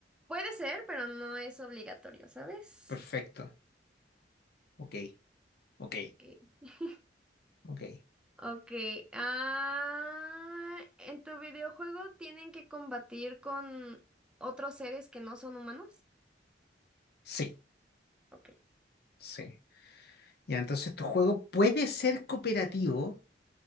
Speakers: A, in the centre; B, on the left.
A: puede ser, pero no es obligatorio, ¿sabes?
B: Perfecto. Ok. Ok.
A: Ok. <laughs>
B: Ok.
A: Ok, ah, ¿en tu videojuego tienen que combatir con otros seres que no son humanos?
B: Sí.
A: Ok.
B: Sí. Ya, entonces tu juego puede ser cooperativo.